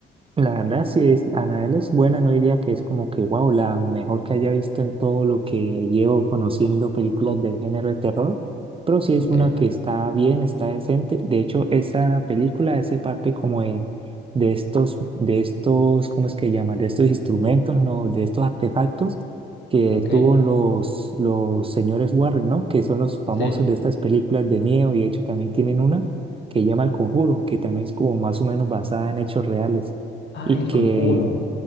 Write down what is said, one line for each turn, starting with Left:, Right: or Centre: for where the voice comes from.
Right: La verdad, sí es, Anabel es buena, no diría que es como que, wow, la mejor que haya visto en todo lo que llevo conociendo películas del género de terror, pero sí es
Left: Ok,
Right: una que está bien, está decente. De hecho, esa película ese parte como de, de estos, de estos, ¿cómo es que llaman? De estos instrumentos, ¿no? De estos artefactos que
Left: ok.
Right: tuvo los, los señores Warren, ¿no? Que son los famosos
Left: Sí.
Right: de estas películas de miedo y de hecho también tienen una que llama El Conjuro, que también es como más o menos basada en hechos reales
Left: Ah,
Right: y
Left: El
Right: que
Left: Conjuro.